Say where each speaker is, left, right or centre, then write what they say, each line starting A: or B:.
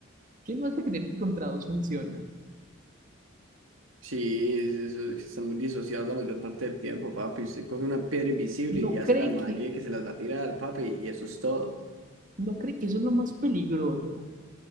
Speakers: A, on the right; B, on the right.
A: ¿Quién no hace creer que contra dos funciona?
B: Sí, es- eso, es que están muy disociados la mayor parte del tiempo, papi. Usted coge una piedra invisible
A: No
B: y hace
A: cree
B: la magia
A: que,
B: que se las va a tirar, papi, y eso es todo.
A: no cree que eso es lo más peligroso.